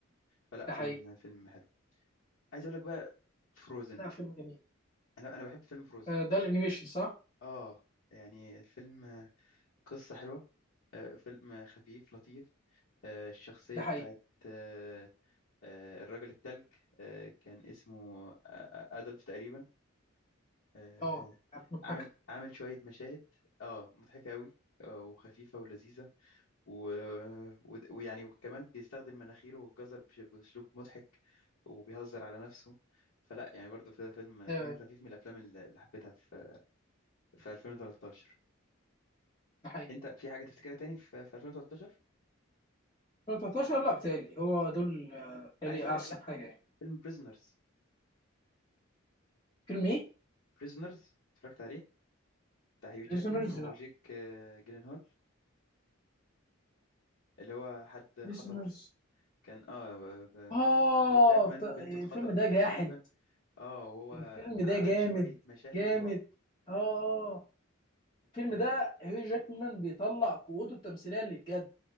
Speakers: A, on the left (about 80°); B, on the left (about 20°).
A: فلا
B: ده
A: فيلم
B: حقيقي
A: فيلم حلو عايز اقول لك بقى فروزن
B: ده فيلم جميل
A: انا انا بحب فيلم فروزن
B: آه ده الانيميشن صح
A: اه يعني الفيلم قصة حلوة آه، فيلم خفيف لطيف آه، الشخصية
B: ده حقيقي
A: بتاعت آه، آه، الراجل التلج آه، كان اسمه آه، آه، أدلف تقريبا آه،
B: اه كانت مضحكه
A: عامل عامل شوية مشاهد اه مضحكة أوي آه، وخفيفة ولذيذة و... و... ويعني وكمان بيستخدم مناخيره والجزر بش- بأسلوب مضحك وبيهزر على نفسه فلا يعني برضه في فيلم
B: ايوه
A: فيلم
B: ايوه
A: خفيف من الأفلام اللي اللي حبيتها في في 2013
B: ده حقيقي
A: أنت في حاجة تفتكرها تاني في في 2013
B: 2013 لا بتالي هو دول آه، بتالي
A: عايز أقول
B: احسن
A: لك لا
B: حاجه يعني
A: فيلم بريزنرز
B: فيلم ايه؟
A: بريزنرز اتفرجت عليه بتاع هيو
B: بريزونرز
A: جاكمان وجيك
B: لا
A: آه، جيلنهول اللي هو حد
B: بريزونرز
A: خطف كان اه ب- ب-
B: اه
A: هيو جاكمان
B: ط- الفيلم
A: بنته اتخطفت
B: ده جاحد
A: تقريبا اه وهو
B: الفيلم ده
A: عمل
B: جامد
A: شوية مشاهد
B: جامد
A: رعب
B: اه الفيلم
A: هو
B: ده هيو جاكمان بيطلع قوته التمثيليه اللي بجد